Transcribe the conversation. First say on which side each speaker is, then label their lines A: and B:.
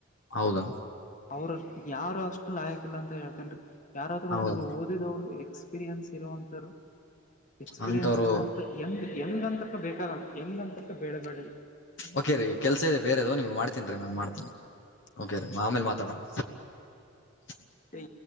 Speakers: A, on the left; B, on the left.
A: ಹೌದಾ
B: ಅವ್ರ ಯಾರು ಅಷ್ಟು ಲಾಯಕ ಇಲ್ಲ ಅಂತ ಹೇಳ್ತನ್್ರಿ ಯಾರಾದ್ರೂ
A: ಹೌದಾ
B: ಒಬ್ರು ಓದಿದವ್ರು ಎಕ್ಸ್ ಎಕ್ಸ್ಪೀರಿಯನ್ಸ್ ಇರುವಂತ ಎಕ್ಸ್ಪೀರಿಯನ್ಸ್
A: ಅಂತವ್ರು
B: ಇರುವಂತ ಹೆಂಗ ಹೆಂಗಂತ ಬೇಕಾಗಲ್ಲ ಹೆಂಗ್ ಅಂತಕ್ಕ ಬೇಡ ಬೇಡರಿ
A: ಓಕೆ ರರಿ ಕೆಲ್ಸ ಇದೆ ಬೇರೆ ಅದು ನಿಮ್ಗೆ ಮಾಡ್ತೇನ್ ರೀ ನಾನ್
B: ಯಾರ
A: ಮಾಡ್ತೀನಿ
B: ತಗೋ
A: ಕೆ ರ ಆಮೇಲೆ ಮಾತಾಡೋಣ <inaudible>
B: ಈ.